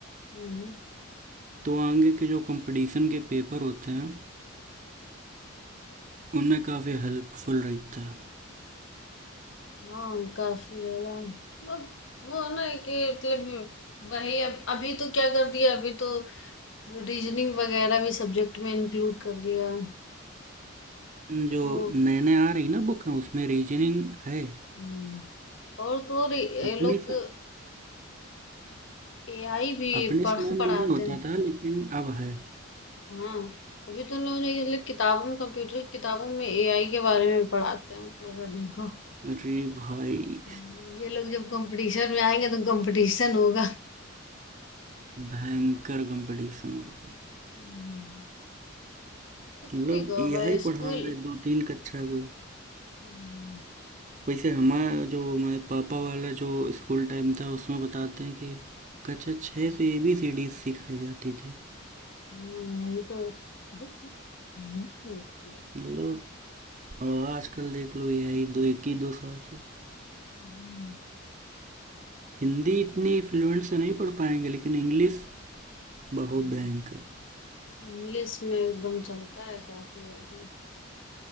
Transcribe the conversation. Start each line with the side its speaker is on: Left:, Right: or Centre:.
Left: हम्म,
Right: तो आगे के जो कंपटीशन के पेपर होते हैं उनमें काफ़ी हेल्पफुल रहता
Left: हाँ काफी ज्यादा वो वो ना कि मतलब वही अब अभी तो क्या कर दिया अभी तो रीजनिंग वगैरह भी सब्जेक्ट में इंक्लूड कर दिया
Right: है जो
Left: तो
Right: नए नए आ रही ना बुक हैं उसमें रीजनिंग है
Left: हम्म, और तो और ये
Right: अपने
Left: लोग
Right: स,
Left: एआई भी
Right: अपने
Left: पढ़
Right: समय में
Left: पढ़ाते
Right: नहीं होता
Left: हैं
Right: था लेकिन अब है
Left: हाँ, अभी तो उन्होंने ये लोग नहीं, मतलब किताबों में कंप्यूटर की किताबों में एआई के बारे में पढ़ाते हैं हमको लगा देखो
Right: अरे भाई
Left: हम्म, ये लोग जब कंपटीशन में आएंगे तो कंपटीशन होगा
Right: भयंकर कंपटीशन हो रहा
Left: हम्म, कुछ
Right: मतलब
Left: भी कहो
Right: यही
Left: भाई
Right: पढ़ा
Left: स्कूल
Right: रहे दो तीन कक्षा को
Left: हम्म,
Right: वैसे हमारा जो हमारे पापा वाला जो स्कूल टाइम था उसमें बताते हैं कि कक्षा छः से ए बी सी डी सिखाई जाती थी
Left: हाँ, ये तो हम्म, आती है।
Right: मतलब और आजकल देख लो ए आई दो एक ही दो साल से
Left: हम्म,
Right: हिंदी इतनी फ्लुएंट से नहीं पढ़ पाएंगे लेकिन इंग्लिश बहुत
Left: हम्म,
Right: भयंकर
Left: इंग्लिश में एकदम चलता है काफी ज्यादा